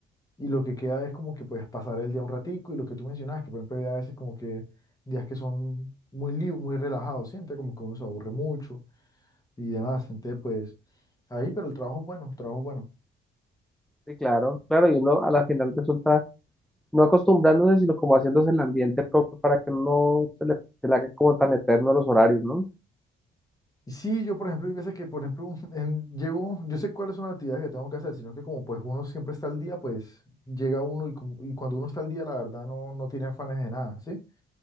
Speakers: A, on the left; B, in the centre.
A: y lo que queda es como que puedes pasar el día un ratico y lo que tú mencionabas, que por ejemplo hay a veces como que días que son muy libres, muy relajados, siente como que uno se aburre mucho y demás, entonces pues ahí, pero el trabajo es bueno, el trabajo es bueno.
B: sí, claro, claro. Y uno a la final resulta no acostumbrándose, sino como haciéndose el ambiente propio para que no se le, se le haga como tan eterno los horarios, ¿no?
A: Y sí, yo por ejemplo hay veces que por ejemplo <laughs> en- llego, yo sé cuáles son las actividades que tengo que hacer, sino que como pues uno siempre está al día, pues llega uno y, como- y cuando uno está al día la verdad no, no tiene afanes de nada, ¿sí?